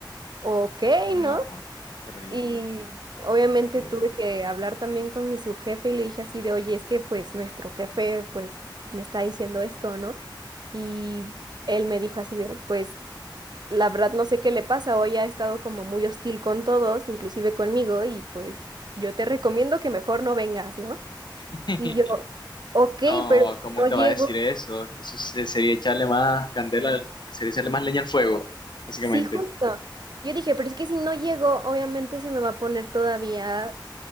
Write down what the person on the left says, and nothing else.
No, terrible,
terrible.
<laughs>
No,
¿cómo
te
va a decir eso? Eso se- sería echarle más candela, sería echarle más leña al fuego, básicamente.